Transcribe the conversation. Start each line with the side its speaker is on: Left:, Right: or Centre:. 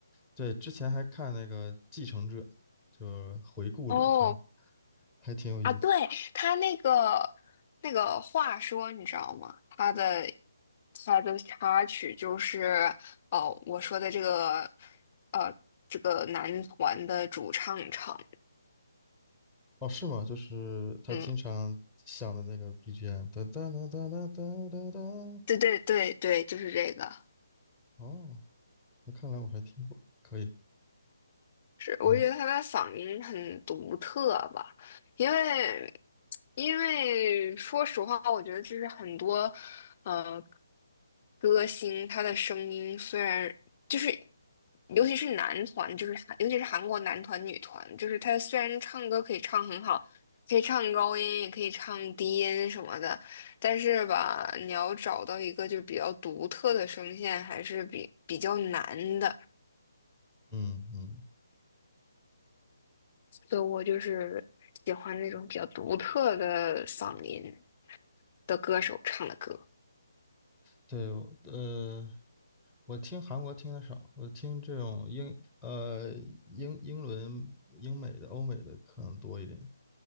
Centre: 对，之前还看那个《继承者》，就回顾了一下，
Left: 哦
Centre: 还挺有意思。
Left: 啊，对，他那个那个话说，你知道吗？他的他的插曲就是哦，我说的这个呃这个男团的主唱唱，
Centre: 哦，是吗？就是他经常响的那个
Left: 嗯，
Centre: BGM，哒哒哒哒哒哒哒哒。
Left: 对对对对，就是这个。
Centre: 哦，那看来我还听过，可以
Left: 是，我觉得他的嗓音很独特吧，
Centre: ，nice。
Left: 因为因为说实话，我觉得就是很多呃歌星他的声音虽然就是，尤其是男团，就是韩尤其是韩国男团、女团，就是他虽然唱歌可以唱很好，可以唱高音，也可以唱低音什么的，但是吧，你要找到一个就比较独特的声线，还是比比较难的。
Centre: 嗯嗯，
Left: 所以我就是喜欢那种比较独特的嗓音的歌手唱的歌。
Centre: 对，呃，我听韩国听的少，我听这种英呃英英伦英美的欧美的可能多一点，